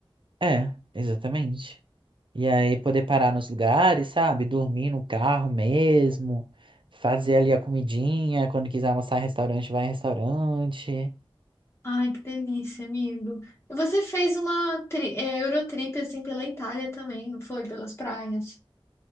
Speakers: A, on the right (about 60°); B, on the left (about 25°).
A: É, exatamente. E aí poder parar nos lugares, sabe? Dormir no carro mesmo, fazer ali a comidinha, quando quiser almoçar em restaurante, vai em restaurante.
B: Ai, que delícia, amigo. E Você fez uma tri- é, Eurotrip assim pela Itália também, não foi? Pelas praias.